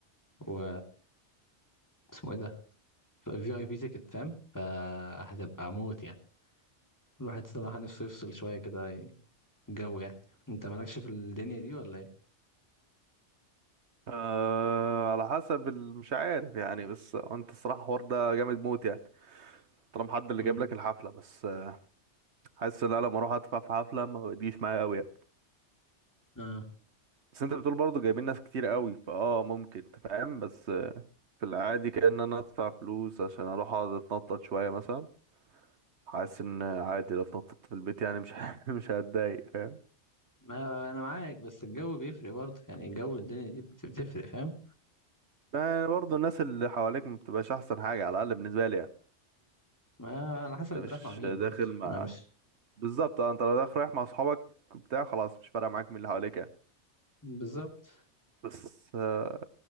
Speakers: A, on the left; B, on the right.
A: و اسمه ايه ده في اي بي تيكت فاهم فهتبقى موت يعني الواحد صراحه نفسه يفصل شويه كده الجو يعني انت مالكش في الدنيا دي ولا ايه؟
B: آه على حسب ال- مش عارف يعني بس انت الصراحة الحوار ده جامد موت يعني طالما حد اللي
A: امم
B: جايب لك الحفلة بس آه، حاسس ان انا لما اروح ادفع في حفلة ما بتجيش معايا قوي يعني.
A: اه
B: بس انت بتقول برضه جايبين ناس كتير قوي فاه ممكن انت فاهم بس في العادي كأن انا ادفع فلوس عشان اروح اقعد اتنطط شوية مثلا حاسس ان عادي لو اتنططت في البيت يعني مش <laughs> مش هتضايق فاهم
A: ما انا معاك بس الجو بيفرق برضه يعني الجو الدنيا دي بت- بتفرق فاهم
B: يعني برضه الناس اللي حواليك ما بتبقاش احسن حاجة على الاقل بالنسبة لي يعني
A: ما على
B: انت
A: حسب انت
B: مش
A: رايح مع مين
B: داخل
A: برضه
B: مع
A: انا مش
B: بالظبط اه انت لو داخل رايح مع اصحابك بتاع خلاص مش فارقة معاك مين اللي حواليك يعني
A: بالظبط
B: بس آه،